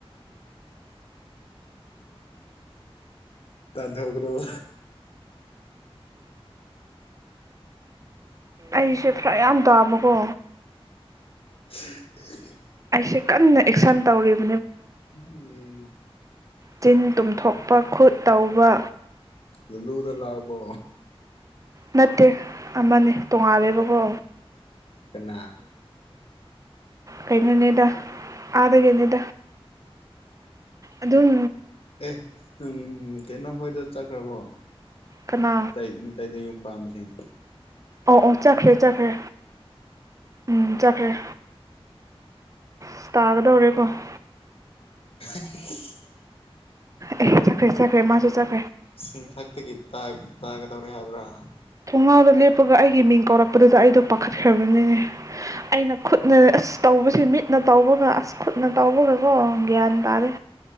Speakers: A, on the left; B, on the right.
A: ꯇꯥ ꯊꯔꯣ
B: ꯑꯩꯁꯦ ꯄꯨꯔꯥ ꯌꯥꯝ ꯇꯥꯕꯀꯣ
A: ꯎ <unintelligible>
B: ꯑꯩꯁꯦ ꯀꯟꯅ ꯑꯦꯛꯁꯟ ꯇꯧꯔꯤꯕ
A: ꯎꯝ
B: ꯆꯤꯟ ꯇꯨꯝꯊꯣꯛꯄ ꯈꯨꯠ ꯇꯧꯕ
A: ꯂ ꯂꯗ ꯂꯥꯛꯕꯣ
B: ꯅꯠꯇꯦ ꯑꯃꯅꯦ ꯇꯣꯉꯥꯜꯂꯦꯕꯀꯣ
A: ꯀ
B: ꯀꯩꯅꯣ ꯅꯦꯗꯥ ꯑꯗ ꯀ ꯑꯗꯨꯝ
A: ꯑꯦ ꯎꯝ ꯀꯩꯅꯣ ꯍꯣꯏꯗ ꯆꯠꯈ꯭ꯔꯕꯣ
B: ꯀꯅꯥ
A: ꯇꯥꯏ ꯇꯥꯏꯗ ꯌꯨꯝ ꯄꯥꯝꯃꯤ ꯁꯤꯡ
B: ꯑꯣ ꯑꯣ ꯆꯠꯈ꯭ꯔꯦ ꯆꯠꯈ꯭ꯔꯦ ꯎꯝ ꯆꯦ ꯎꯝ ꯁꯇꯥꯒꯗꯧꯔ ꯄ <unintelligible>
A: <inaudible>
B: ꯑꯦ ꯆꯈ꯭ꯔꯦ ꯆꯈ꯭ꯔꯦ ꯃꯥꯁꯨ ꯆꯈꯦ
A: ꯁꯤ ꯊꯥꯛꯇ ꯇꯥꯛ ꯇ ꯇꯧꯔꯦ ꯍꯥꯏꯕ꯭ꯔꯥ
B: ꯉꯥꯎꯗ ꯂꯦꯞꯄꯒ ꯑꯩꯒꯤ ꯃꯤꯡ ꯀꯧꯔꯛꯄꯗꯨꯗ ꯑꯩꯗꯣ ꯄꯥꯈꯠꯈ꯭ꯔꯕꯅꯤꯅꯦ ꯑꯩꯅ ꯈꯨꯠꯅ ꯑꯁ ꯇꯧꯕꯁꯤ ꯃꯤꯠꯅ ꯇꯧꯕꯒ ꯑꯁ ꯈꯨꯠꯅ ꯇꯧꯕꯒꯀꯣ ꯒ꯭ꯌꯥꯟ ꯇꯥꯔꯦ